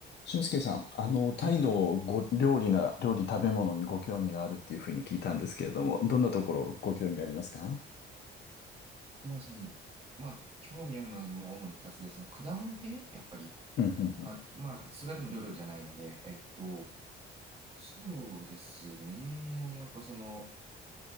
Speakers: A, on the left; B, on the right.
A: 俊介さん、
B: あ
A: あの、タイのご料理な、
B: はい。
A: 料理食べ物にご興味があるっていうふうに聞いたんですけれども、どんなところご興味ありますか
B: まあ、その、まあ、興味あるのはもう主に2つで、その果物系やっぱり。
A: うん、うん、
B: あ、まあ、それでも料理じゃないので、えっと、そうですね。やっぱその、